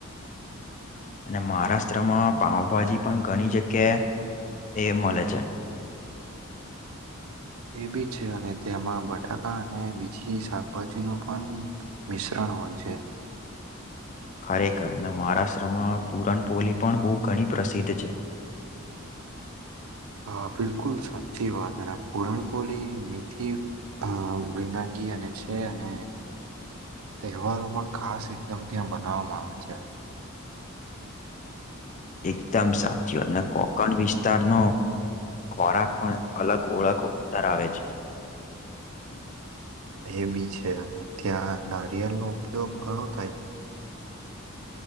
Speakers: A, on the left (about 35°); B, on the right (about 80°).
A: <inaudible> અને મહારાષ્ટ્રમાં પાઉભાજી પણ ઘણી જગ્યાએ એ મળે છે.
B: એ બી છે અને તેમાં બટાકા અને બીજી શાકભાજીનો પણ મિશ્રણ હોય છે.
A: ખરેખર ને મહારાષ્ટ્રમાં પૂરણપોળી પણ બહુ ઘણી પ્રસિદ્ધ છે. <inaudible>
B: હ બિલકુલ સાચી વાત અને પૂરણપોલી મીઠી અ વિનાગી <unintelligible> અને છે અને તહેવારોમાં ખાસ એકદમ ત્યાં બનાવવામાં આવે છે
A: એકદમ સાચું અને કોકણ વિસ્તારનો ખોરાક પણ અલગ ઓળખ ધરાવે છે
B: એ બી છે અને ત્યાં નારિયેળનો ઉપયોગ ઘણો થાય